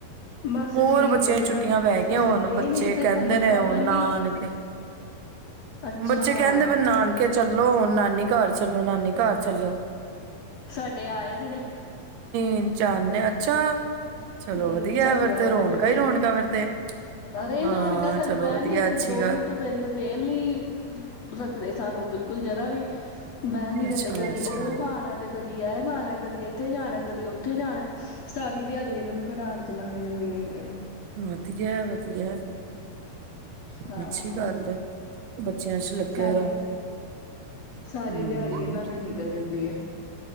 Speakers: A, on the left; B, on the right.
A: ਬਸ
B: ਹੋਰ
A: ਜੀ
B: ਬੱਚਿਆਂ
A: ਵਧੀਆ
B: ਛੁੱਟੀਆਂ ਪੈ ਗਈਆਂ
A: ਹੋਰ
B: ਹੋੁਣ
A: ਗਏ
B: ਬੱਚੇ
A: ਨੀ ਕਿਤੇ
B: ਕਹਿੰਦੇ
A: ਘੁੰਮਣ
B: ਨੇ
A: ਘਾਮਣ
B: ਉਹ ਨਾਨਕੇ
A: ਨੀ ਅੱਛਾ
B: ਬੱਚੇ ਕਹਿੰਦੇ ਵੀ ਨਾਨਕੇ ਚੱਲੋ ਹੁਣ ਨਾਨੀ ਘਰ ਚੱਲੋ ਨਾਨੀ ਘਰ ਚੱਲੋ
A: ਸਾਡੇ ਆਏ ਦੇ ਨੇ
B: ਤਿੰਨ ਚਾਰ ਨੇ ਅੱਛਾ ਚਲੋ
A: ਹਮ
B: ਵਧੀਆ
A: ਸਾਛਡੇ
B: ਫਿਰ
A: ਆਏ
B: ਤੇ ਰੌਣਕਾਂ
A: ਦੇ ਬੱਚੇ
B: ਹੀ ਰੌਣਕਾਂ ਫਿਰ ਤੇ
A: ਅਰੇ
B: ਹਾਂ
A: ਰੋਣ ਸਾਨੂੰ
B: ਚਲੋ
A: ਵਹਿਣ
B: ਵਧੀਆ
A: ਨੀ ਦਿੰਦੇ
B: ਅੱਛੀ
A: ਦੋ
B: ਗੱਲ
A: ਮਿੰਟ ਵੇਹਲ ਵੇਲ ਨੀ ਰੱਖਦੇ ਸਾਨੂੰ ਬਿਲਕੁਲ ਦਾ ਵੀ ਬਹਿਣ ਨੀ ਦਿੰਦੇ
B: ਅੱਛਾ
A: ਕਦੀ
B: ਅੱਛਾ
A: ਉਹ ਖਾਣਾ ਤੇ ਕਦੀ ਇਹ ਖਾਣਾ ਕਦੀ ਇੱਥੇ ਜਾਣਾ ਕਦੀ ਉੱਥੇ ਜਾਣਾ ਸਾਰੀ ਦਿਹਾੜੀ ਇਹਨਾਂ ਨੂੰ ਖਿਡਣ ਚ ਲਾਗ ਜਾਂਦੀ ਹੈਗੀ ਆ
B: ਵਧੀਆ ਵਧੀਆ
A: ਹਾਂ
B: ਅੱਛੀ ਗੱਲ ਏ ਬੱਚਿਆਂ ਚ ਲੱਗੇ
A: ਸਾਰੀ
B: ਰਹੋ
A: ਸਾਰੀ
B: ਹੂੰ
A: ਦਿਹਾੜੀ ਇਹਨਾਂ ਦੇ ਨਿਕਲ ਜਾਂਦੀ ਹੈ